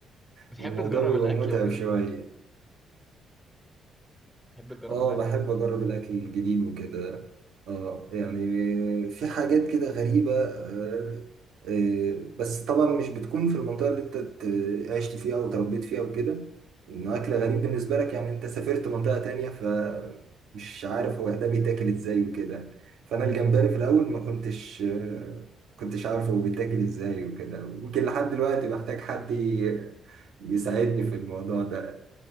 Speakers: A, in the centre; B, on the right (about 75°).
A: بتحب
B: فالموضوع
A: تجرب
B: بيبقى
A: الاكل
B: متعب
A: وكده
B: شوية
A: بتحب تجرب
B: اه
A: الاكل
B: بحب اجرب الاكل الجديد وكده اه يعني في حاجات كده غريبة آه آه بس طبعا مش بتكون في المنطقة اللي انت ت- عشت فيها او تربيت فيها وكده انه اكل غريب بالنسبة لك يعني انت سافرت منطقة تانية فمش عارف هو ده بيتاكل ازاي وكده فانا الجمبري في الاول ما كنتش آه كنتش عارف هو بيتاكل ازاي وكده يمكن لحد دلوقتي بحتاج حد ي- يساعدني في الموضوع ده